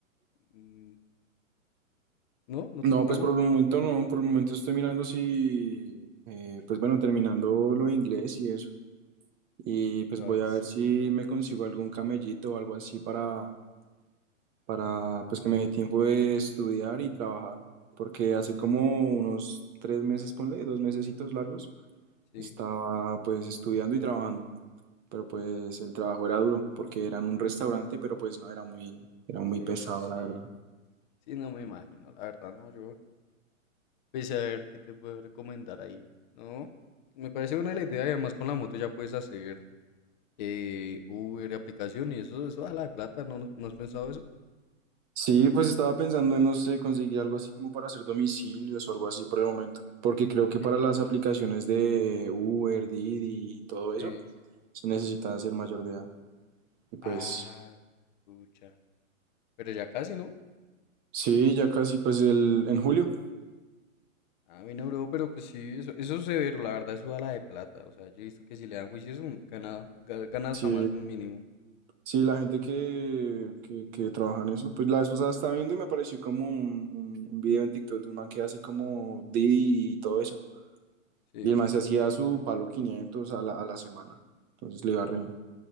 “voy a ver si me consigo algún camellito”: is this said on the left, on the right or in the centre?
Right